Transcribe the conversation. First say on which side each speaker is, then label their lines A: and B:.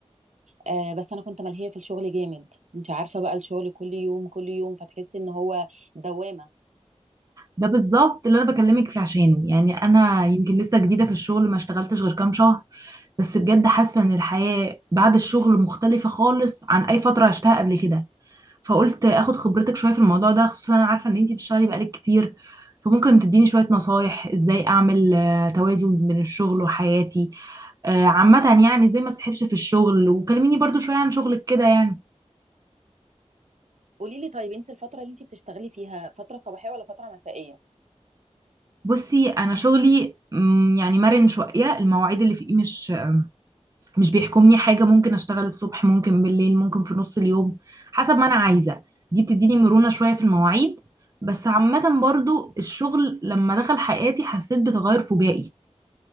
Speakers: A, on the right; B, on the right.
A: آه بس انا كنت ملهيه في الشغل جامد انت عارفه بقى الشغل كل يوم كل يوم فتحسي ان هو دوامه
B: ده بالظبط اللي انا بكلمك فيه عشانه يعني انا يمكن لسه جديدة في الشغل ما اشتغلتش غير كام شهر بس بجد حاسة ان الحياة بعد الشغل مختلفة خالص عن اي فترة عشتها قبل كده فقلت اخد خبرتك شويه في الموضوع ده خصوصا انا عارفه ان انتي بتشتغلي بقالك كتير فممكن تديني شويه نصايح ازاي اعمل آه، توازن بين الشغل وحياتي آه، عامة يعني ازاي ما تسحبش في الشغل وكلميني برضو شوية عن شغلك كده يعني
A: قولي لي طيب انت الفتره اللي انت بتشتغلي فيها فتره صباحيه ولا فتره مسائيه
B: بصي انا شغلي مم، يعني مرن شوية المواعيد اللي فيه مش مش بيحكمني حاجة ممكن اشتغل الصبح ممكن بالليل ممكن في نص اليوم حسب ما انا عايزة دي بتديني مرونة شوية في المواعيد بس عامة برضو الشغل لما دخل حياتي حسيت بتغير فجائي